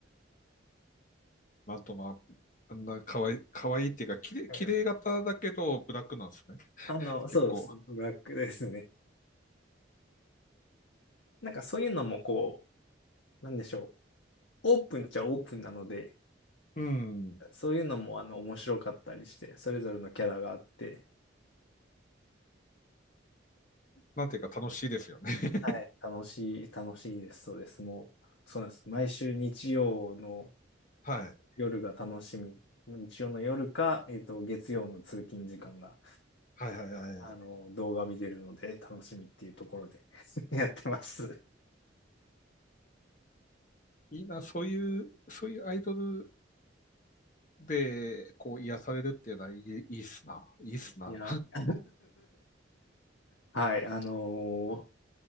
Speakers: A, on the left; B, on the left.
A: なんとまあ、あんな可愛い、可愛いっていうか、綺麗、
B: <laughs>
A: 綺麗型だけど、ブラックなんですね。
B: あの、そうです。
A: 結構。
B: ブラックですね。なんかそういうのもこう、なんでしょう。オープンっちゃオープンなので、
A: うん。
B: そういうのもあの面白かったりして、それぞれのキャラがあって、
A: なんていうか楽しいですよね。<laughs>
B: はい、楽しい、楽しいです、そうです。もう、そうなんです。毎週日曜の
A: はい。
B: 夜が楽しみ。日曜の夜か、えっと、月曜の通勤時間が、
A: はいはいは
B: あの、動画見れるので楽しみっていうところで <laughs> やってます。
A: い。いいな、そういう、そういうアイドルで、こう、癒されるっていうのはいい、いいっすな。いいっすな。
B: <laughs> いや。<laughs> はい、あのー